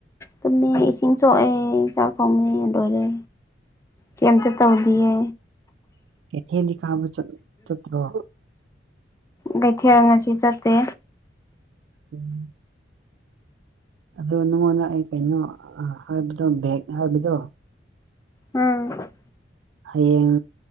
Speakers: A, on the left (about 15°); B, on the right (about 75°).
A: ꯇꯨꯝꯃꯦ ꯏꯁꯤꯡ ꯁꯣꯛꯑꯦ ꯆꯥꯛ ꯊꯣꯡꯉꯦ ꯂꯣꯢꯔꯦ ꯀꯩꯝꯇꯥ ꯇꯧꯗꯤꯌꯦ
B: ꯀꯩꯊꯦꯜꯗꯤ ꯀꯥꯕ ꯆꯠ ꯆꯠꯇ꯭ꯔꯣ
A: ꯀꯩꯊꯦꯜ ꯉꯁꯤ ꯆꯠꯇꯦ
B: ꯎꯝ ꯑꯗꯨ ꯅꯉꯣꯟꯗ ꯑꯩ ꯀꯩꯅꯣ ꯍꯥꯢꯕꯗꯣ ꯕꯦꯛ ꯍꯥꯢꯕꯗꯣ
A: ꯎꯝ
B: ꯍꯌꯦꯡ